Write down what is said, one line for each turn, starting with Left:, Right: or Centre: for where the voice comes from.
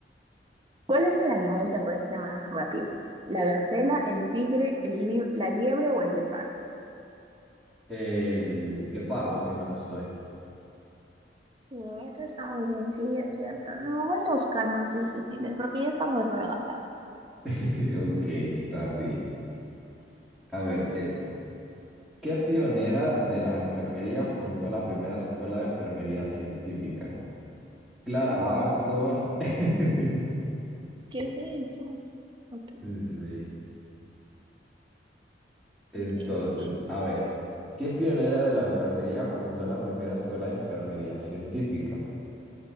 Right: ¿cuál es el animal terrestre más rápido? ¿La gacela, el tigre, el lib- la liebre o el guepardo?
Centre: El guepardo, si mal no estoy.
Right: Sí, esa está muy sencilla, ¿cierto? No, voy a buscar más difíciles porque ya están muy regalados.
Centre: <laughs> Ok, está bien. A ver, este. ¿Qué pionera de la enfermería fundó la primera escuela de enfermería científica? Clara
Right: Wow,
Centre: Barton. <laughs>
Right: ¿qué es eso? Ok,
Centre: Sí. Entonces,
Right: ok, sigue.
Centre: a ver, ¿qué pionera de la enfermería fundó la primera escuela de enfermería científica?